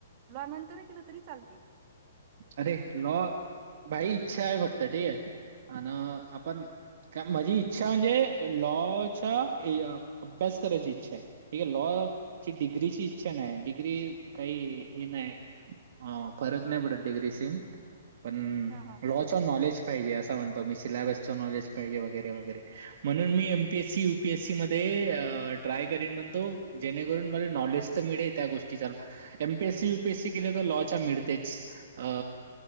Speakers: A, on the right; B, on the right.
A: लॉ नंतर केलं तरी चालतय.
B: अरे लॉ भाई इच्छा आहे फक्त ठीक आहे आण आपण. का माझी इच्छा म्हणजे लॉच्या ए अ, अभ्यास करायची इच्छा आहे ठीक आहे लॉ. ची डिग्रीची इच्छा नाय डिग्री काही हे नाय फरक नाही पडत. डिग्रीसन पण
A: ह ह
B: लॉ नॉलेज. पाहिजे असं म्हणतो मी सिलेबसच नॉलेज पाहिजे वगैरे वगैरे म्हणून मी एमपीएससी यू''--'' पीएससी मध्ये ट्राय करेन म्हणतो जेणेकरून मले नॉलेज तर मिळे त्या गोष्टीचा. एमपीएसी युपीएससी केले तर लॉच्या मिळतेच. अ